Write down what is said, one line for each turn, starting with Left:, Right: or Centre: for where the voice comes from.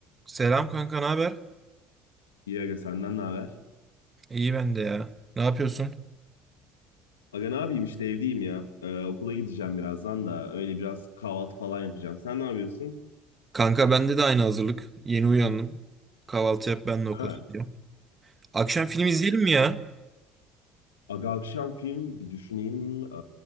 Right: Selam kanka, ne haber?
Left: İyi aga senden ne haber?
Right: İyi ben de ya. Ne yapıyorsun?
Left: Aga ne yapayım işte evdeyim ya. Ee, okula gideceğim birazdan da öyle biraz kahvaltı falan yapacağım. Sen ne yapıyorsun?
Right: Kanka bende de aynı hazırlık. Yeni uyandım. Kahvaltı yap ben de okula
Left: Ha.
Right: gidiyorum. Akşam film
Left: Aa,
Right: izleyelim mi ya?
Left: Aga akşam film bir düşüneyim. Ee,